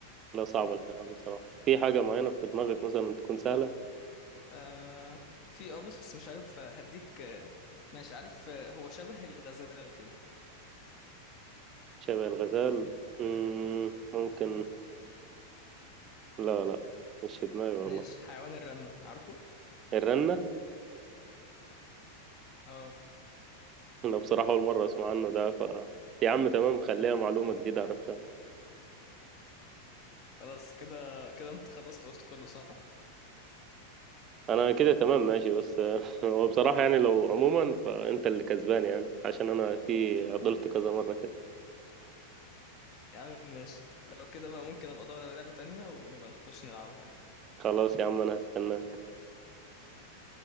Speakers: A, on the right; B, on the left.
A: لا صعب الحيوان بصراحة في حاجة معينة في دماغك مثلا تكون سهلة
B: آه في اه بس مش عارف آه، هديك آه، ماشي عارف آه، هو شبه الغزال كده
A: شبه الغزال مم، ممكن لا لا مش في دماغي والله
B: ماشي حيوان الرنة عارفه
A: الرنة
B: اه
A: أنا بصراحة أول مرة أسمع عنه ده ف يا عم تمام خليها معلومة جديدة عرفتها
B: خلاص كده كده انت خلصت قلت كله صح
A: انا كده تمام ماشي بس آه، <laughs> هو بصراحة يعني لو عموما فانت اللي كسبان يعني عشان انا في عضلت كذا مرة كده
B: يا عم ماشي لو كده بقى ممكن ابقى ادور على لعبة تانية ونبقى نخش نلعبها يعني.
A: خلاص يا عم انا هستناك